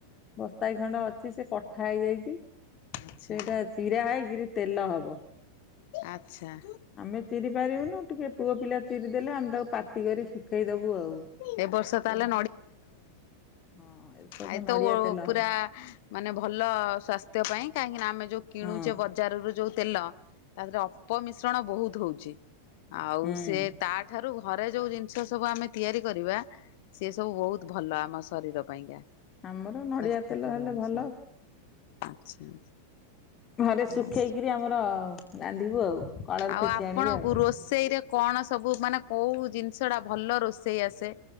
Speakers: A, on the left (about 25°); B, on the left (about 50°).
A: ବସ୍ତାଏ ଖଣ୍ଡେ ଅଛି ସେ କଠା ହେଇଯାଇଚି।
B: ଆଚ୍ଛା
A: ସେଇଟା ଚିରା ହେଇକିରି ତେଲ ହବ।
B: ଆଚ୍ଛା।
A: ଆମେ ଚିରି ପାରିବୁନୁ। ଟିକେ ପୁଅ ପିଲା ଚିରି ଦେଲେ ଆମେ ତାକୁ ପାତି କରି ଶୁଖେଇଦବୁ ଆଉ।
B: ଏ ବର୍ଷ
A: <unintelligible>
B: ତାହେଲେ
A: ହଁ ଏ ବର୍ଷ
B: ଆଏତ
A: ନଡିଆ
B: ଓ
A: ତେଲ
B: ପୁରା
A: ହବ
B: ମାନେ ଭଲ ସ୍ୱାସ୍ଥ୍ୟ ପାଇଁ କାହିଁକି ନା ଆମେ ଯୋଉ କିଣୁଚେ
A: ହଁ
B: ବଜାରରୁ ଯୋଉ ତେଲ ତା ଦିହରେ ଅପମିଶ୍ରଣ ବହୁତ ହଉଛି। ଆଉ
A: ହୁଁ
B: ସିଏ ତା ଠାରୁ ଘରେ ଯୋଉ ଜିନିଷ ସବୁ ଆମେ ତିଆରି କରିବା ସେ ସବୁ ବହୁତ ଭଲ ଆମ ଶରୀର ପାଇଁକା।
A: ଆମର ନଡ଼ିଆ
B: ସ୍ୱାସ୍ଥ୍ୟକର
A: ତେଲ ହେଲେ
B: ଜିନିଷ।
A: ଭଲ।
B: ଆଚ୍ଛା।
A: ଘରେ
B: ହଉ
A: ଶୁଖେଇକିରି ଆମର ରାନ୍ଧିବୁ ଆଉ। କଳରେ
B: ଆଉ
A: ପେଚି
B: ଆପଣଙ୍କୁ
A: ଆଣିବେ ଆଉ
B: ରୋଷେଇରେ କଣ ସବୁ ମାନେ କୋଉ ଜିନିଷ ଟା ଭଲ ରୋଷେଇ ଆସେ?